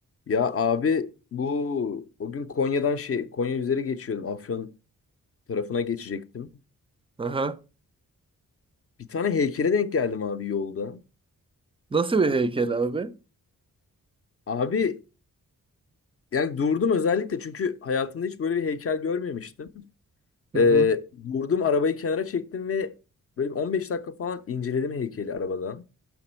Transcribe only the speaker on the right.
Aha.
Nasıl bir heykel abi?
Hı
hı.